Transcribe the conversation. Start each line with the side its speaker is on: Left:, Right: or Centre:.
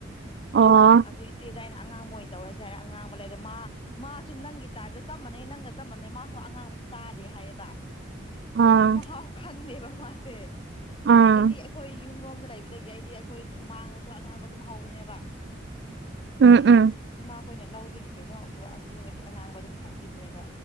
Right: ꯑꯣ
Left: ꯑꯗꯨ ꯏꯆꯦꯗ ꯑꯩꯅ ꯑꯉꯥꯡꯕ ꯑꯣꯏꯅ ꯇꯧꯔꯁꯦ ꯍꯥꯏꯔ ꯑꯉꯥꯡꯕ ꯂꯩꯔ ꯃꯥ ꯃꯥꯁꯨ ꯅꯪꯒꯤ ꯇꯥꯏꯞꯇ ꯆꯞ ꯃꯅꯩ ꯅꯪꯒ ꯆꯞ ꯃꯅꯩ ꯃꯥꯁꯨ ꯑꯉꯥꯡꯕꯁꯦ ꯆꯥꯗꯦ ꯍꯥꯏꯌꯦꯕ
Right: ꯑꯥ
Left: ꯑꯗꯨꯏ ꯃꯍꯥꯎ ꯈꯪꯗꯦꯕ ꯃꯥꯁꯦ
Right: ꯑꯥ
Left: ꯑꯩꯗꯤ ꯑꯩꯈꯣꯏ ꯌꯨꯝꯔꯣꯝꯗ ꯂꯩꯕꯗꯒꯤ ꯑꯩꯗꯤ ꯈꯣꯏ ꯁꯨꯃꯥꯡꯗꯁꯨ ꯑꯉꯥꯡꯕ ꯑꯗꯨꯝ ꯍꯧꯕꯅꯦꯕ
Right: ꯎꯝ
Left: ꯑꯩꯒꯤ
Right: ꯎꯝ
Left: ꯏꯃꯥꯈꯣꯏꯅ ꯂꯧꯗꯒꯤ ꯀꯩꯅꯣ ꯄꯨꯔꯛꯑꯁꯨ ꯑꯩꯗꯤ ꯑꯉꯥꯡꯕ ꯑꯗꯨꯝ ꯊꯣꯡꯕꯤꯕꯅꯦꯕ